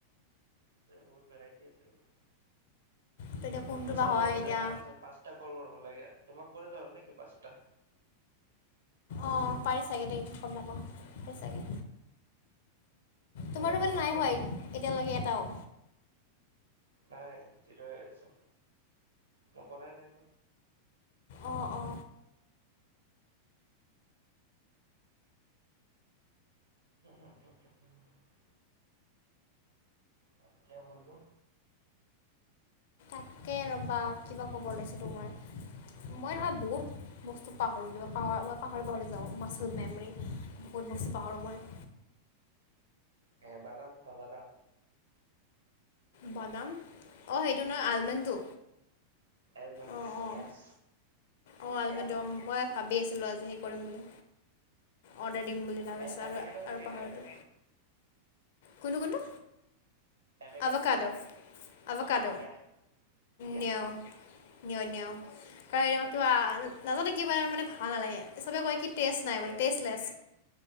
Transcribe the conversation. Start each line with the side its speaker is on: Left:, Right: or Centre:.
Right: আছে বহুত ভেৰাইটী আছে বোলে।
Left: ত' এতিয়া কোনটো
Right: আচ্ছা
Left: বা হয়
Right: মোৰ এটা
Left: এতিয়া
Right: তাছ আছে পাঁচ তা কল কৰিব লাগে, তোম কৰিলো হ'ল নেকি পচটা?
Left: অঁ পাৰে চাগে দেই, গম নাপাওঁ হৈ চাগে।
Right: মোৰ
Left: তোমাৰটো
Right: আকৌ
Left: <unintelligible>
Right: পাঁচটা
Left: নাইহোৱা
Right: কৰিব
Left: এতিয়ালৈকে
Right: লাগিব
Left: এটাও।
Right: নাই যিটো আছে, মই কৰাই নাই ন।
Left: অ অ
Right: <unintelligible> অ কিয়া ব'লো?
Left: তাকে ৰ'বা কিবা ক'ব লাইছিলোঁ মই। মই নহয় বহুত বস্তু পাহৰোঁ কিবা পাহৰা মই পাহৰি পাহৰি যাওঁ মাচেল মেমৰি। বহুত বস্তু পাহৰোঁ মই।
Right: এ বাদাম খাও বাদাম।
Left: বাদাম অঁ সেইটো নহয় আলমণ্ডটো।
Right: এলমেণ্ছ
Left: অঁ অঁ
Right: য়েছ।
Left: অঁ আলমেণ্ডম
Right: এলমণ্ডছ
Left: মই ভাবি আছিলোঁ আজি হেই কৰিম বুলি অৰ্ডাৰ দিম বুলি। তাৰপিছত
Right: এ এবেকাটো
Left: আৰু
Right: হৈছেগে
Left: আৰু পাহৰিলোঁ
Right: নাই এবেকাটো।
Left: কোনটো কোনটো
Right: এভেকাডো
Left: অৱকাদ অবকাদ।
Right: য়া য়া
Left: নিওঁ নিওঁ নিওঁ। <unintelligible> কিবা নাজানো কিবা মানে ভাল নালাগে চবে কয় কি টেষ্ট নাই বুলি।
Right: এ
Left: টেষ্টলেছ,